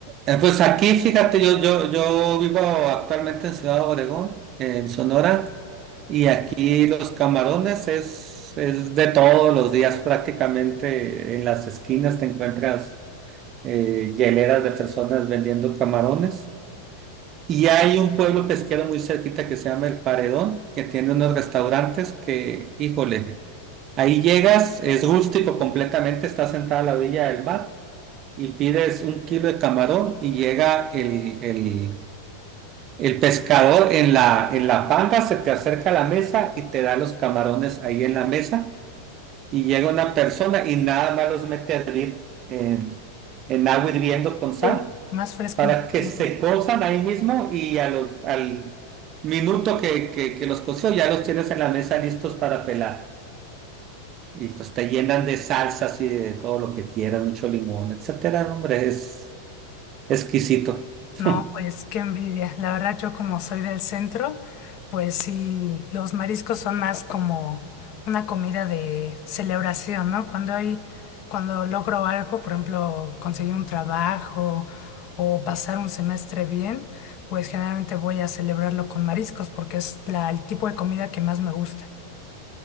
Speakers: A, on the right; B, on the left.
A: Eh, Pues aquí, fíjate, yo, yo, yo vivo actualmente en Ciudad Obregón, en Sonora, y aquí los camarones es, es de todos los días prácticamente. En las esquinas te encuentras eh, hieleras de personas vendiendo camarones. Y hay un pueblo pesquero muy cerquita que se llama El Paredón, que tiene unos restaurantes que, híjole, ahí llegas, es rústico completamente, estás sentada a la orilla del mar y pides un kilo de camarón y llega el, el el pescador en la, en la panga se te acerca a la mesa y te da los camarones ahí en la mesa y llega una persona y nada más los mete a hervir en, en agua hirviendo con sal
B: Uy, más fresco
A: para
B: imposible.
A: que se cozan ahí mismo y a los, al minuto que, que, que los coció ya los tienes en la mesa listos para pelar. Y pues te llenan de salsas y de todo lo que quieras, mucho limón, etcétera. Hombre, es exquisito.
B: No,
A: <laughs>
B: pues qué envidia. La verdad, yo como soy del centro, pues sí, los mariscos son más como una comida de celebración, ¿no? Cuando hay, cuando logro algo, por ejemplo, conseguir un trabajo o pasar un semestre bien, pues generalmente voy a celebrarlo con mariscos porque es la, el tipo de comida que más me gusta.